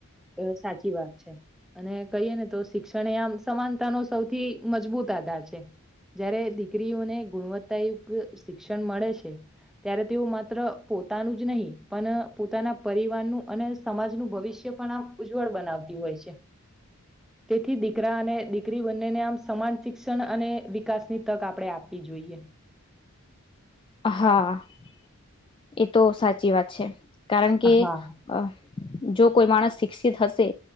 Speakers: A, in the centre; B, on the left.
A: અ સાચી વાત છે. અને કહીએ ને તો શિક્ષણ એ આમ સમાનતા નો સૌથી મજબૂત આધાર છે. જયારે દીકરીઓને ગુણવત્તાયુક્ત શિક્ષણ મળે છે ત્યારે તેઓ માત્ર પોતાનું જ નહીં પણ પોતાના પરી વાર નું અને સમાજનું ભવિષ્ય પણ આમ ઉજ્જવળ બનાવતી હોય છે. તેથી દીકરા અને દીકરી બંનેને આમ સમાન શિક્ષણ અને વિકાસની તક આપણે આપવી જોઈએ. <inaudible>
B: હા. એ તો સાચી વાત છે. કારણ
A: હા
B: કે અહ જો કોઈ માણસ શિક્ષિત હશે